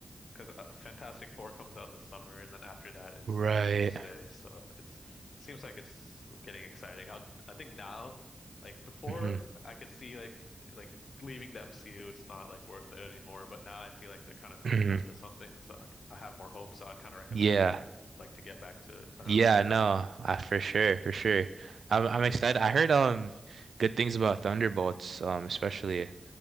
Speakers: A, on the left; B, on the right.
A: because uh, Fantastic Four comes out this summer, and then after that is
B: right.
A: Doomsday. So it's seems like it's getting exciting. I I think now, like before,
B: hmm
A: I can see like like leaving the MCU, it's not like worth it anymore. But now I feel like they're kind of building
B: hmm
A: up to something, so I, c- I have more hope. So I'd kind of recommend
B: Yeah.
A: it, like to get back to around
B: Yeah,
A: this
B: no,
A: time.
B: I for sure, for sure. I'm
A: hmm
B: I'm excited. I heard um good things about Thunderbolts, um especially.